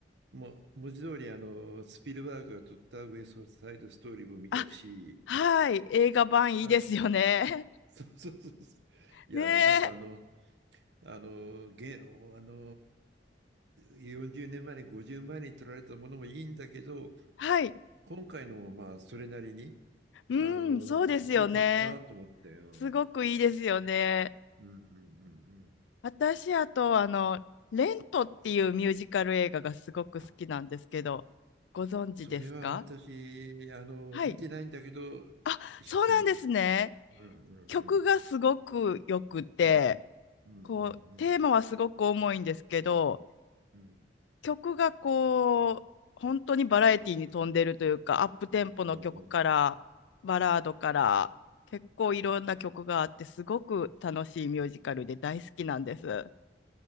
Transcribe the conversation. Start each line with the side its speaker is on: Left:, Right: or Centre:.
Right: もう文字通りあのスピルバーグが撮ったウエストサイドストーリーも見たし、
Left: あ、はい。映画版いいですよね。
Right: あ、そうそうそうそう。
Left: <laughs>
Right: いや、
Left: ねえ。
Right: なんかあの、あの、現、あの、40年前に、50年前に撮られたものもいいんだけど、
Left: はい。
Right: 今回のもまあ、それなりに、
Left: うん、
Right: あの、
Left: そうですよね。
Right: 良かったなと思って、うん。
Left: すごくいいですよね。
Right: うんうんうんうん。
Left: 私、あと、あの、レントっていうミュージカル映画がすごく好きなんですけど、
Right: あ、
Left: ご存知ですか
Right: それは私、あの、
Left: はい。
Right: 見てないんだけど、
Left: あ、
Right: 知ってます。
Left: そうなんですね。
Right: うんうんうん。
Left: 曲がすごく良くて、
Right: うん。うんうんうん。
Left: こう、テーマはすごく重いんですけど、
Right: うん。
Left: 曲がこう、本当にバラエティに富んでるというか、アップテンポの曲から、
Right: うんうん。
Left: バラードから、結構いろんな曲があって、すごく楽しいミュージカルで大好きなんです。